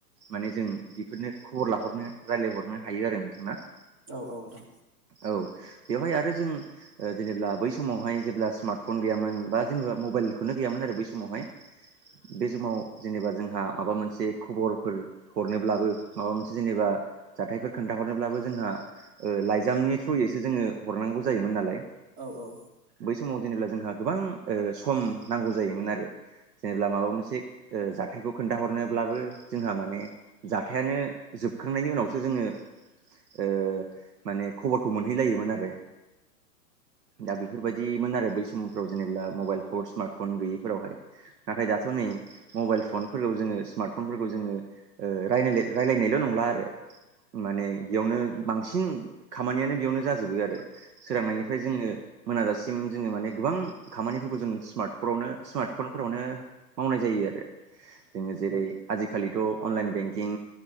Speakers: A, on the right; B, on the right.
A: माने जों बिफोरनो खबर लाहरनो रायजलायहरनो हायो आरो नोंथां ना?
B: औ औ नोंथां।
A: औ बेवहाय आरो जों ओ जेनेब्ला बै समावहाय जेब्ला स्मार्टफन गैयामोन बा जेनेबा मबाइलखौनो गैयामोन आरो बै समावहाय बे समाव जेनेबा जोंहा माबा मोनसे खबरफोर हरनोब्लाबो माबा मोनसे जेनेबा जाथायफोर खोन्थाहरनोब्लाबो जोंहा ओ लाइजामनि थ्रयैसो जोङो हरनांगौ जायोमोन नालाय।
B: औ औ
A: बै समाव जेनेब्ला जोंहा गोबां ओ सम नांगौ जायोमोन आरो जेनेब्ला माबा मोनसे ओ जाथायखौ खोन्थाहरनोब्लाबो जोंहा माने जाथायानो जोबखांनायनि उनावसो जोङो ओ माने खबरखौ मोनहैलायोमोन आरो दा बे बेफोरबायदिमोन आरो बै समफ्राव जेनेब्ला मबाइल फर स्मार्टफन गैयैफोरावहाय नाथाय दाथ' नै मबाइल फनफोरखौ जोङो स्मार्ट फनफोरखौ जोङो ओ रायनायलाय रायनायल' नंला आरो। माने बेयावनो बांसिन खामानियानो बेयावनो जाजोबो आरो। सोरांनायनिफ्राय जोङो मोनाजासिम जोङो माने गोबां खामानिफोरखौ जों स्मार्टफनावनो स्मार्ट फनफोरावनो मावनाय जायो आरो जोङो जेरै आजिखालिथ' अनलाइन बेंकिं